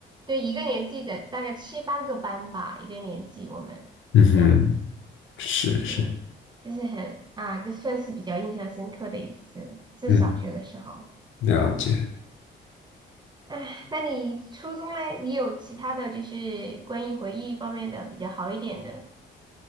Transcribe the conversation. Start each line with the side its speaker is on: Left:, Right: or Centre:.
Right: 对，一个年级的大概七八个班吧，一个年级我们这样子，
Left: 嗯哼，是是，
Right: 对，就是很啊，这算是比较印象深刻的一次，是小学的时候。
Left: 嗯，了解。
Right: 哎，那你初中嘞，你有其他的就是关于回忆方面的比较好一点的，